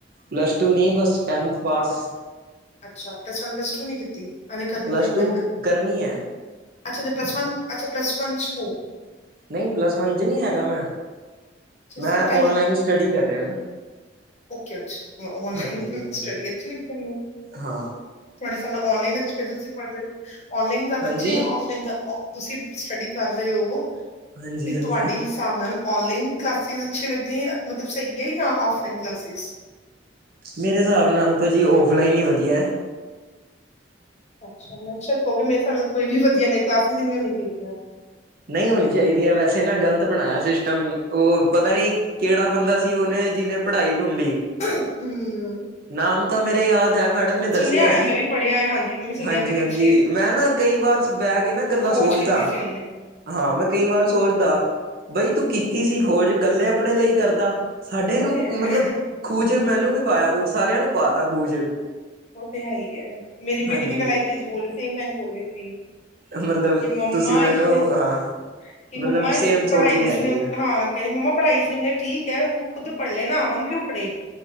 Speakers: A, on the right (about 55°); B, on the left (about 40°).
A: ਪਲੱਸ ਟੂ ਨਹੀਂ ਬਸ ਟੈਂਨਥ ਪਾਸ।
B: ਅੱਛਾ ਪਲੱਸ ਵਨ ਪਲੱਸ ਟੂ ਨੀ ਕੀਤੀ? ਹਾਲੇ ਕਰਨੀ
A: ਪਲੱਸ
B: ਹੈ
A: ਟੂ
B: ਮੈਂ
A: ਕਰਨੀ ਐ।
B: ਅੱਛਾ ਪਲੱਸ ਵਨ ਅੱਛਾ ਪਲਸ ਵਨ ਚ ਹੋ।
A: ਨੀਂ ਪਲੱਸ ਵਨ 'ਚ ਨਈ ਹੈਗਾ ਮੈਂ,
B: ਅੱਛਾ
A: ਮੈਂ
B: ਸਿਰਫ
A: ਓਨਲਾਈਨ
B: ਕੀਤੀ
A: ਸਟੱਡੀ ਕਰ ਰਿਆ ਨਾ।
B: ਓਕੇ, ਓਨਲਾਈਨ
A: ਹਾਂਜੀ ਹਾਂਜੀ
B: ਸਟੱਡੀ ਅੱਛੀ ਲੱਗਦੀ ਤੈਨੂੰ?
A: ਹਾਂ
B: ਤੁਆਡੇ ਹਿਸਾਲ ਨਾ, ਔਨਲਾਈਨ ਅੱਛੀ ਐ, ਜੋ ਤੁਸੀ ਪੜ ਰਏ ਓ, ਔਨਲਾਈਨ ਜਾਦਾ
A: ਹਾਂਜੀ
B: ਅੱਛੀ ਐ ਯਾ, ਔਫਲਾਈਨ ਜਾ ਅੱ ਤੁਸੀਂ ਸਟੱਡੀ ਕਰ ਰਏ ਓ,
A: ਹਾਂਜੀ
B: ਤੇ
A: ਹਾਂਜੀ
B: ਤੁਹਾਡੇ ਹਿ ਸਾਬ ਨਾਲ, ਓਨਲਾਈਨ ਕਲਾਸਿਸ ਅੱਛੀ ਲੱਗਦੀ ਮਤਲਬ ਸਈ ਏ ਜਾਂ ਆਫਲਾਈਨ ਕਲਾਸਿਸ।
A: ਮੇਰੇ ਹਿਸਾਬ ਨਾਲ ਤਾਂ ਜੀ, ਔਫਲਾਈਨ ਹੀ ਵਧੀਆ।
B: ਅੱਛਾ ਮੈੰ ਕਿਆ, ਸ਼ਾਏਦ ਕਹੋਗੇ ਮੇਰੇ ਹਿਸਾਬ ਨਾਲ ਤੇ ਕੋਈ ਵੀ ਵਧੀਆ ਨੀ ਕਲਾਸੇਸ ਹੀ ਨਈ ਹੋਣੀ ਚਾਈਦੀਆਂ।
A: ਨਹੀਂ ਹੋਣੀ ਚਾਈਦੀਆਂ ਵੈਸੇ ਨਾ ਗ਼ਲਤ ਬਣਾਏਆ ਸਿਸਟਮ ਓ ਪਤਾ ਨਈਂ। ਕੇਹੜਾ ਬੰਦਾ ਸੀ, ਓਨੇ ਜਿਹਨੇ ਪੜ੍ਹਾਈ ਢੂੰਡੀ?
B: ਹਮ
A: ਨਾਮ ਤਾਂ ਮੇਰੇ ਯਾਦ ਐ, ਮੈਡਮ ਨੇ
B: ਸੁਣਿਆ
A: ਦੱਸੇਆ ਸੀ।
B: ਹੈ ਮੈਂ ਵੀ ਪੜ੍ਹਿਆ ਹੈ ਹਾਂਜੀ ਮੈਂ ਵੀ ਸੁਣਿਆ
A: ਹਾਂਜੀ
B: ਸੀ ਪਿੱਛੇ
A: -ਹਾਂਜੀ, ਮੈੰ ਨਾ, ਕਈ ਵਾਰ ਬੈਹ ਕੇ ਨਾ ਕੱਲਾ
B: ਖੋਜ
A: ਸੋਚਦਾ।
B: ਕੀਤੀ ਸੀ ਉਹਨੇ
A: ਹਾਂ, ਮੈਂ ਕਈ ਵਾਰ ਸੋਚਦਾ, ਬਈ ਤੂੰ ਕੀਤੀ ਸੀ ਖੋਜ, ਕੱਲੇ ਆਪਨੇ ਲਈ ਕਰਦਾ। ਸਾਡੇ
B: ਉਹ
A: ਨੂੰ,
B: ਤੇ ਹੈ
A: ਮਤਲਬ ਖੂਹ 'ਚ, ਮੈਨੂੰ ਕਿਉਂ ਪਾਏਆ ਤੂੰ, ਸਾਰੇਆਂ ਨੂੰ ਪਾ ਤਾ ਖੂਹ 'ਚ
B: ਓ ਤੇ ਹੈ ਹੀ ਐ, ਮੇਰੀ
A: ਹਾਂਜੀ
B: ਬੇਟੀ ਵੀ, ਕਲ ਐ ਈ ਚੀਜ਼ ਬੋਲ ਰਈ ਸੀ, ਸੇਮ ਐਂ ਬੋਲ ਰੀ ਸੀ।
A: ਮਤਲਬ,
B: ਕਿ ਮੰਮਾ
A: ਤੁਸੀਂ ਮੈਨੂੰ
B: ਇਸਨੇ
A: ਹਾਂ
B: ਕਿ
A: ਮਤਲਬ
B: ਮੰਮਾ, ਇਸ
A: ਸੇਮ ਸੋਚ
B: ਪੜ੍ਹਾਈ
A: ਹੀ
B: ਨੇ ਜਿਸਨੇ
A: ਹੈਗੀ ਆ
B: ਹਾਂ ਕੈੰਦੀ ਮੰਮਾ ਪੜ੍ਹਾਈ ਸੇ ਮੈ ਠੀਕ ਐ, ਤੂੰ ਖੁਦ ਪੜ੍ਹ ਲੈ ਨਾ, ਹਮ ਕਿਉਂ ਪੜ੍ਹੇ।